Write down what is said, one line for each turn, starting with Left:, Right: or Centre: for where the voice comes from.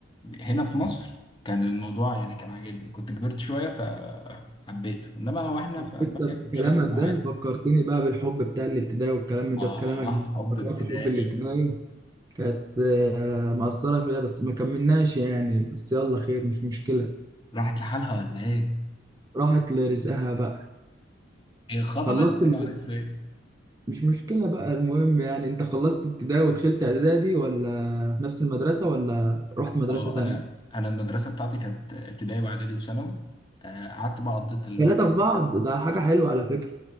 Left: هنا في مصر كان الموضوع يعني كان عاجبني كنت كبرت شويه فحبيته انما واحنا
Right: انت
Left: في المانيا
Right: بكلامك
Left: كنت شايف انه
Right: ده
Left: عادي
Right: فكرتني بقى بالحب بتاع الابتدائي والكلام
Left: اه
Right: ده بكلامك ده
Left: حب
Right: افتكرت
Left: ابتدائي
Right: حب الابتدائي كانت آه، مأثرة فيها بس ما كملناش يعني بس يلا خير مش مشكلة
Left: راحت لحالها ولا ايه
Right: راحت لرزقها بقى
Left: هي خطبت
Right: خلصت
Left: يا
Right: ال-
Left: نهار اسود
Right: مش مشكلة بقى المهم يعني انت خلصت ابتدائي ودخلت اعدادي ولا في نفس المدرسة ولا رحت مدرسة
Left: اه
Right: تانية؟
Left: انا انا المدرسه بتاعتي كانت ابتدائي واعدادي وثانوي آه، قعدت بقى قضيت الوقت
Right: ثلاثة في بعض ده حاجة حلوة على فكرة